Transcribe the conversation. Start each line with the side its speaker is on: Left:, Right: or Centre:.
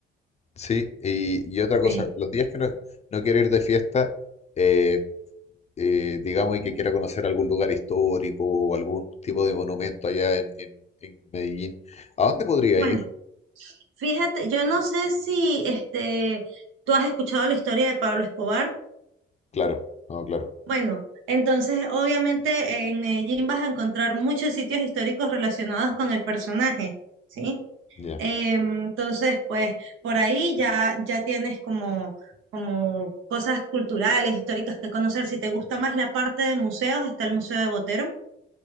Left: sí, y, y otra cosa,
Right: Sí.
Left: los días que no, no quiero ir de fiesta, eh, eh, digamos, y que quiera conocer algún lugar histórico o algún tipo de monumento allá en, en, en Medellín, ¿a dónde podría
Right: Bueno,
Left: ir?
Right: fíjate, yo no sé si este, tú has escuchado la historia de Pablo Escobar.
Left: Claro, no, claro,
Right: Bueno, entonces obviamente en Medellín vas a encontrar muchos sitios históricos relacionados con el personaje, ¿sí?
Left: ya,
Right: Em, entonces, pues por ahí ya, ya tienes como, como cosas culturales, históricas que conocer. Si te gusta más la parte de museos, está el Museo de Botero,